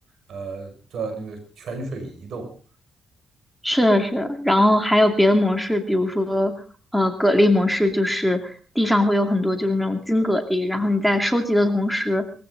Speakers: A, on the right; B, in the centre.
A: 呃的那个泉水移动。
B: 是的，是的，然后还有别的模式，比如说，呃，蛤蜊模式，就是地上会有很多就是那种金蛤蜊，然后你在收集的同时，